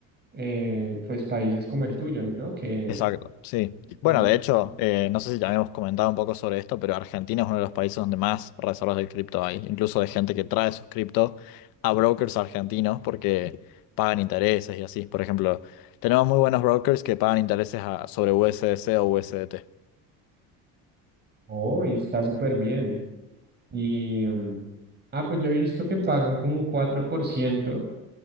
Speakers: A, on the right; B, on the left.
A: eh, pues países como el tuyo, ¿no? Que
B: Exacto, sí. Bueno,
A: necesitan...
B: de hecho, eh, no sé si ya habíamos comentado un poco sobre esto, pero Argentina es uno de los países donde más reservas de cripto hay, incluso de gente que trae sus criptos a brokers argentinos porque pagan intereses y así. Por ejemplo, tenemos muy buenos brokers que pagan intereses a- sobre USDC o USDT.
A: Oh, y está súper bien. Y... mm, Ah, pues yo he visto que pagan como un cuatro por ciento